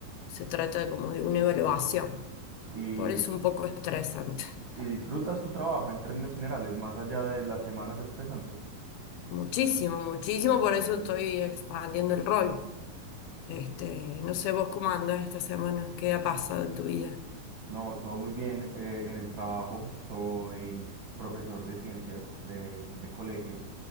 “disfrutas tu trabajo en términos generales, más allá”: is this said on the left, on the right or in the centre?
Right